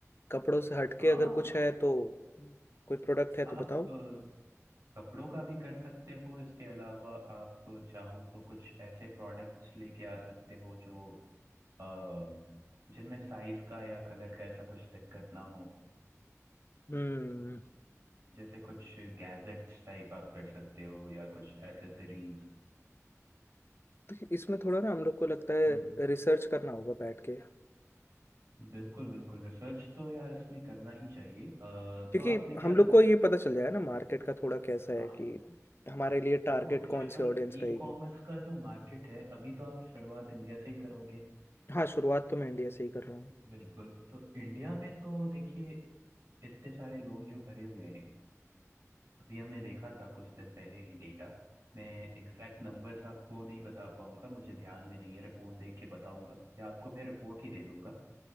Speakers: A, on the left; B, on the right.
A: कपड़ों से हटके
B: हाँ
A: अगर कुछ है तो कोई प्रोडक्ट है
B: आप
A: तो बताओ
B: अ, कपड़ों का भी कर सकते हो इसके अलावा आप चाहो तो कुछ ऐसे प्रोडक्ट्स लेके आ सकते हो जो अ, जिनमें साइज का या कलर का ऐसा कुछ दिक्कत ना हो
A: हम्म
B: जैसे कुछ गैजेट्स टाइप आप कर सकते हो या कुछ एसेसरीज
A: तो इसमें थोड़ा ना हम लोग को लगता है
B: हम्म
A: रिसर्च करना होगा बैठ के
B: बिल्कुल बिल्कुल रिसर्च तो यार इसमें करना ही चाहिए अ,
A: क्योंकि
B: तो आपने
A: हम
B: क्या
A: लोग
B: सोचा
A: को ये पता चल जाएगा ना मार्केट का थोड़ा कैसा है
B: हाँ
A: कि हमारे लिए
B: देखो
A: टारगेट
B: ऋषभ
A: कौन सी
B: भाई
A: ऑडियंस
B: ई
A: रहेगी
B: कॉमर्स का जो मार्केट है अभी तो आप शुरुआत इंडिया से ही करोगे
A: हाँ शुरुआत तो मैं इंडिया से ही कर रहा हूँ
B: बिल्कुल तो इंडिया में तो देखिए इतने सारे लोग जो भरे हुए हैं अभी हमने देखा था कुछ दिन पहले ही डेटा मैं एग्जैक्ट नंबर्स आपको नहीं बता पाऊंगा मुझे ध्यान में नहीं है रिपोर्ट देख के बताऊंगा या आपको मैं रिपोर्ट ही दे दूंगा